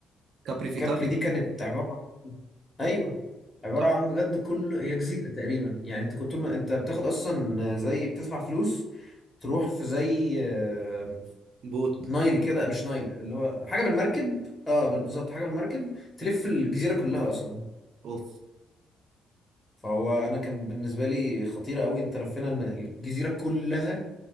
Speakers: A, on the right; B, on the left.
A: كابري في
B: كابري
A: ايطاليا
B: دي كانت عبارة عن ايوه عبارة
A: تحفة
B: عن بجد كل هي جزيرة تقريبا يعني انت كنت طول ما انت بتاخد اصلا زي بتدفع فلوس تروح في زي آه،
A: بوت
B: نايل كده مش نايل اللي هو حاجة بالمركب اه بال- بالظبط حاجة بالمركب تلف الجزيرة كلها اصلا
A: اوف
B: فهو انا كان بالنسبة لي خطيرة قوي انت لفينا الم- الجزيرة كلها